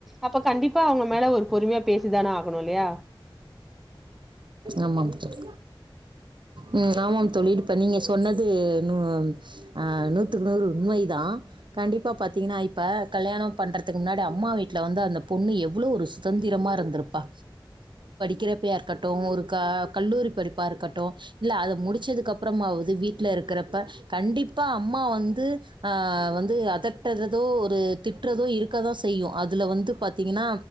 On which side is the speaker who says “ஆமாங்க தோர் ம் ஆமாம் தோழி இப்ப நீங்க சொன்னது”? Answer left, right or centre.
Right